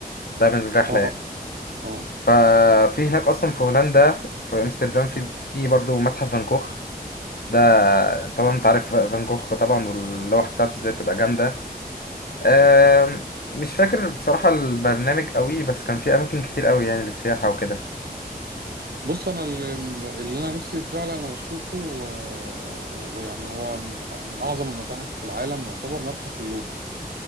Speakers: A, on the left; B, on the right.
A: ده من الرحله
B: اه
A: يعني
B: اه
A: ففي هناك اصلا في هولندا في امستردام في في برضه متحف فان كوخ ده طبعا انت عارف فان كوخ طبعا واللوح بتاعته ازاي بتبقى جامده آه مش فاكر بصراحه البرنامج قوي بس كان في اماكن كتير قوي يعني للسياحه وكده
B: بص انا اللي, اللي انا نفسي فعلا اشوفه آه، ويعني هو من, من اعظم المتاحف في العالم يعتبر متحف اللوفر